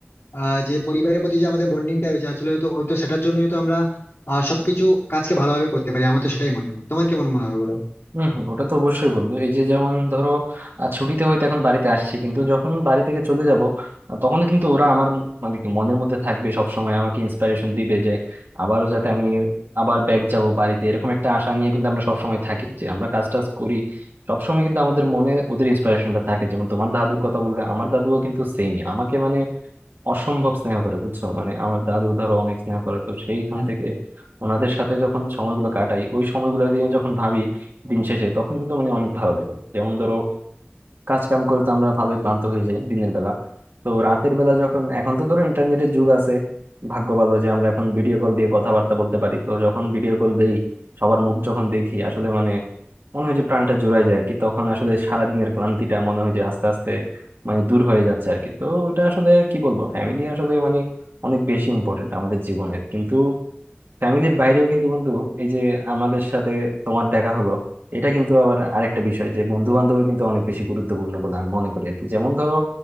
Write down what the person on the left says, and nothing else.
আহ যে পরিবারের প্রতি যে আমাদের বন্ডিংটা রয়েছে আসলে হয়তো হয়তো সেটার জন্যই হয়তো আমরা আহ সবকিছু কাজকে ভালোভাবে করতে পারি আমার তো সেটাই মনে হয় তোমার কেমন মনে হবে বলো
হ্যাঁ।